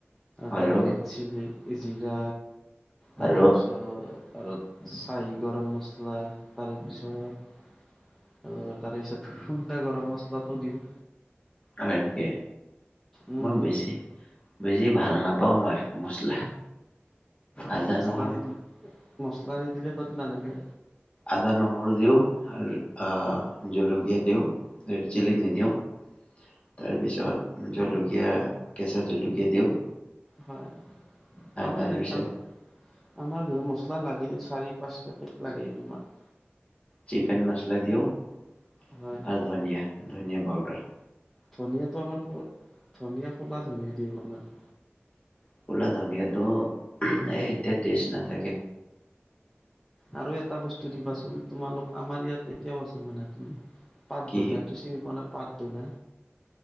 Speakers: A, on the left; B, in the centre.
A: আৰু
B: তাৰপিছত হে চিলি, জিৰা তাৰে
A: আৰু
B: পিছত আৰু চাহী গৰম মছলা তাৰেপিছত আৰু তাৰে পিছত সুনডা গৰম মছলাটো দিওঁ।
A: হয় নেকি?
B: উম।
A: মই বেছি বেছি ভাল নাপাওঁ মই মছলা।
B: এই
A: আদা
B: মছলা
A: নহৰু
B: নিদিলে মছলা নিদিলে সোৱাদ নালাগে।
A: আদা, নহৰু দিওঁ আৰ আ জলকীয়া দিওঁ। ৰেড চিলি নিদিও। তাৰপিছত জলকীয়া কেঁচা জলকীয়া দিও।
B: হয়। আমাৰ
A: তাৰপিছত
B: যে আমাৰ আমাৰ ঘৰত মছলা লাগে চাৰি - পাঁচ পেকেট লাগেই তোমাৰ।
A: চিকন মচলা দিও আৰু
B: হয়।
A: ধনিয়া - ধনিয়া পাউডাৰ।
B: ধনিয়াটো আমাৰফ, ধনিয়া খোলা ধনিয়া দিও আমাৰ।
A: খোলা ধনিয়াটো এই এতিয়া টেষ্ট নাথাকে।
B: আৰু এটা বস্তু দিবাচোন তোমালোক আমাৰ ইয়াত এতিয়াও আছে মানে তুমি পাত
A: কি
B: ধনিয়াটো চিনি পোৱা নাই পাত ধনে?